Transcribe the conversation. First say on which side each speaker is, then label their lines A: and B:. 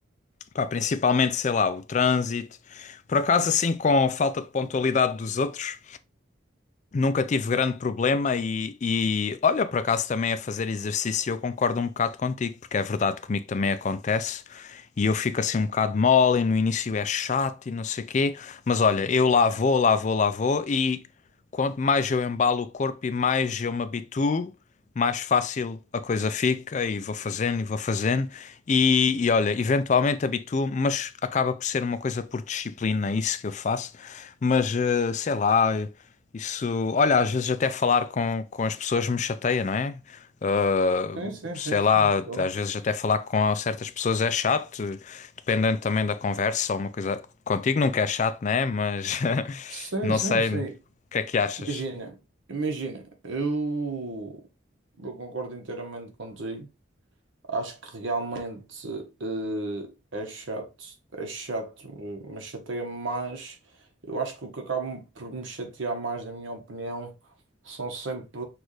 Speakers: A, on the left (about 40°); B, on the right (about 80°).
A: pá, principalmente, sei lá, o trânsito, por acaso assim com a falta de pontualidade dos outros, Nunca tive grande problema e, e olha, por acaso também a fazer exercício eu concordo um bocado contigo, porque é verdade comigo também acontece e eu fico assim um bocado mole e no início é chato e não sei quê, mas olha, eu lá vou, lá vou, lá vou e quanto mais eu embalo o corpo e mais eu me habituo, mais fácil a coisa fica e vou fazendo e vou fazendo e, e olha, eventualmente habituo, mas acaba por ser uma coisa por disciplina, é isso que eu faço, mas eh, sei lá. Isso, olha, às vezes até falar com, com as pessoas me chateia, não é? Ah,
B: Sim, sim,
A: sei
B: sim,
A: lá,
B: sim.
A: às
B: claro.
A: vezes até falar com certas pessoas é chato, dependendo também da conversa ou uma coisa. Contigo nunca é chato, não é? Mas <laughs>
B: Sim,
A: não
B: sim,
A: sei
B: sim.
A: o que é que achas.
B: Imagina, imagina, eu, eu concordo inteiramente contigo. Acho que realmente eh, é chato, é chato, mas chateia-me mais. Eu acho que o que acaba por me chatear mais, na minha opinião, são sempre